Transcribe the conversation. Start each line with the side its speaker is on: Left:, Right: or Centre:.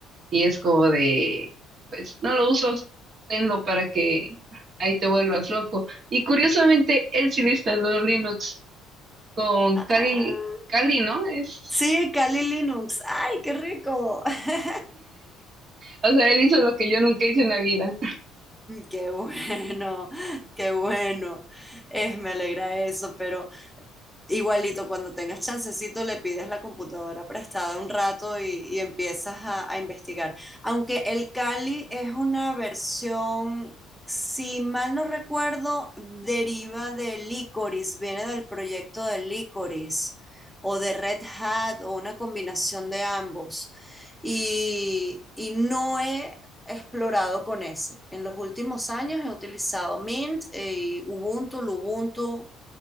Right: Y es como de, pues no lo uso, tenlo para que ahí te vuelvas loco. Y curiosamente, él sí le instaló Linux con
Centre: Ah,
Right: Kali, Kali, ¿no? Es.
Centre: sí, Kali Linux. ¡Ay, qué rico! <laughs>
Right: O sea, él hizo lo que yo nunca hice en la vida.
Centre: Qué bueno, qué bueno. Es, me alegra eso, pero Igualito, cuando tengas chancecito, le pides la computadora prestada un rato y, y empiezas a, a investigar. Aunque el Kali es una versión, si mal no recuerdo, deriva de Licorice, viene del proyecto de Licorice o de Red Hat o una combinación de ambos. Y, y no he explorado con ese. En los últimos años he utilizado Mint eh, y Ubuntu, Lubuntu